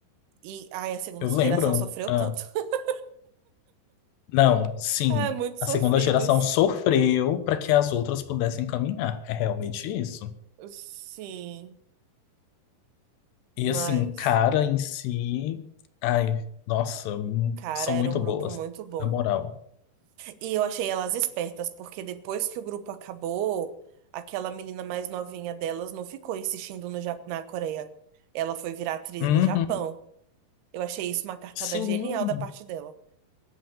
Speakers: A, on the right; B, on the left.
A: E ai, a segunda
B: Eu
A: geração
B: lembro.
A: sofreu
B: ah,
A: tanto. <laughs>
B: não, sim.
A: Ah, muito sofridos.
B: A segunda geração sofreu para que as outras pudessem caminhar. É realmente isso.
A: Sim,
B: E
A: mas.
B: assim, cara em si, ai, nossa, hum,
A: Cara,
B: são
A: era
B: muito
A: um grupo
B: boas,
A: muito bom.
B: na moral.
A: E eu achei elas espertas, porque depois que o grupo acabou, aquela menina mais novinha delas não ficou insistindo no Ja- na Coreia. Ela foi virar atriz
B: Uhum,
A: no Japão. Eu achei isso uma cartada
B: sim.
A: genial da parte dela.